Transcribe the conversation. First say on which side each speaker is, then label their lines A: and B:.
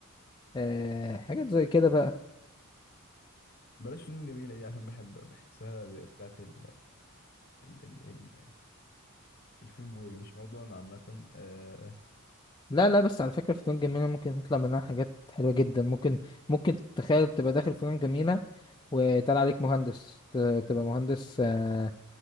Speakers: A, on the left (about 20°); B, on the left (about 45°).
A: آه حاجات زي كده بقى
B: بلاش فنون جميلة دي عشان بحب بحسها زي بتاعة ال ال ال ال الفين بوي مش موضوعنا عامة آه
A: لا لا بس على فكرة فنون جميلة ممكن تطلع منها حاجات حلوة جدا ممكن ممكن تتخيل تبقى داخل فنون جميلة وطلع عليك مهندس ت- تبقى مهندس آه